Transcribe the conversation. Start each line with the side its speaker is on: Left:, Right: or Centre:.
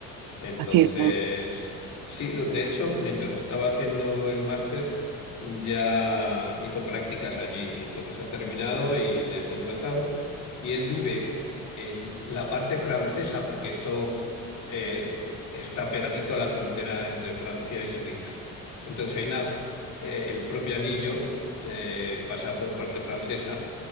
Left: Entonces,
Right: Ah, qué bien.
Left: sí, de hecho, mientras estaba haciendo el máster, ya hizo prácticas allí y entonces ha terminado y le han contratado. Y él vive en la parte francesa, porque esto eh, está pegadito a la frontera entre Francia y Suiza. Entonces hay una, eh, el propio anillo eh, pasa por parte francesa